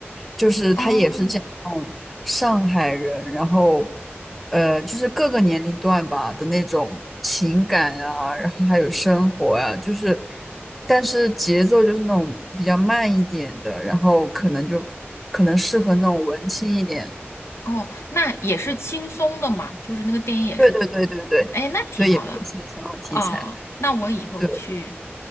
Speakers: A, in the centre; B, on the left.
A: 就是他也是这种上海人，
B: 哦。
A: 然后呃，就是各个年龄段吧的那种情感啊，然后还有生活啊，就是但是节奏就是那种比较慢一点的，然后可能就可能适合那种文青一点。
B: 哦，那也是轻松的嘛，就是那个电影也是，
A: 对对对对对对，
B: 哎，那挺好的
A: 也是挺想要题材。
B: 啊，那我以后去
A: 对，